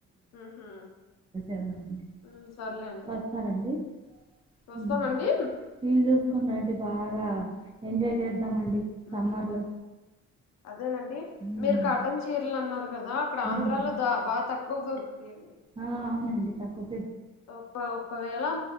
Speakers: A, on the left; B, on the right.
A: ఉహు
B: వెళ్దామండి
A: ఉహ్ పర్లేదు
B: వస్తారండి
A: వస్తామండి
B: ఉమ్. వీలు చూసుకుని రండి బాగా ఎంజాయ్ చేద్దామండి
A: హు
B: సమ్మర్లో
A: అదేనండి
B: ఉమ్.
A: మీరు కాటన్ చీరలు అన్నారు కదా ఇక్కడ
B: ఉమ్.
A: ఆంధ్రాలో దా బా తక్కువ కువ దొరుకుతాయి
B: ఆ అవునండి తక్కువ
A: ఓ బా ఒకవేళ